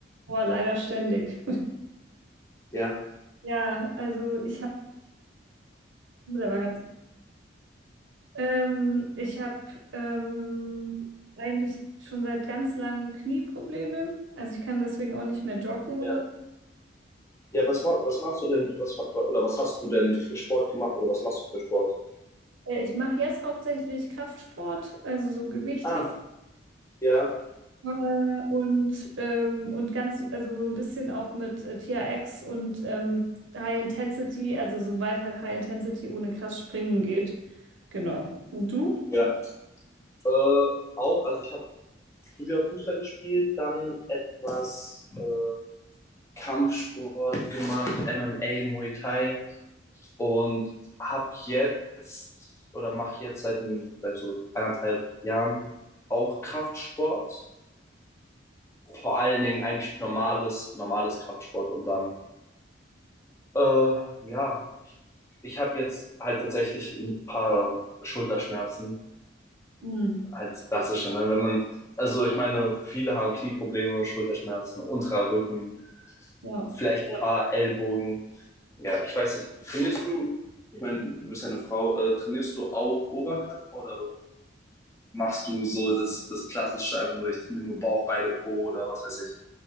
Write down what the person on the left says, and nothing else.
Ja.
Ja,
ja, was, ma- was machst du denn, was, ma- oder was hast du denn für Sport gemacht oder was machst du für Sport?
Ah, ja,
ja. Äh, auch, also ich habe früher Fußball gespielt, dann etwas äh, Kampfsport gemacht, MMA, Muay Thai und habe jetzt oder mache jetzt seit, ein, seit so anderthalb Jahren auch Kraftsport. Vor allen Dingen eigentlich normales, normales Kraftsport und dann, äh, ja, ich habe jetzt halt tatsächlich ein paar Schulterschmerzen,
halt klassische, ne? wenn man, also ich meine, viele haben Knieprobleme, Schulterschmerzen, unterer Rücken,
vielleicht ein paar Ellbogen. Ja, ich weiß nicht, trainierst du, ich meine, du bist ja eine Frau, äh, trainierst du auch Oberkörper oder machst du so das, das klassische einfach nur, ich trainiere nur Bauch, Beine, Po oder was weiß ich.